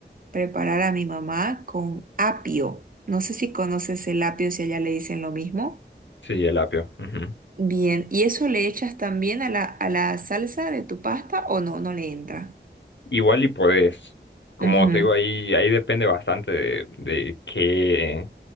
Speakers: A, on the right (about 50°); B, on the left (about 85°).
A: preparar a mi mamá con apio. No sé si conoces el apio, si allá le dicen lo mismo.
B: sí, el apio. ujú.
A: Bien, ¿y eso le echas también a la, a la salsa de tu pasta o no? No le entra.
B: Igual y podés, como
A: Ujú.
B: te digo, ahí, ahí depende bastante de, de qué,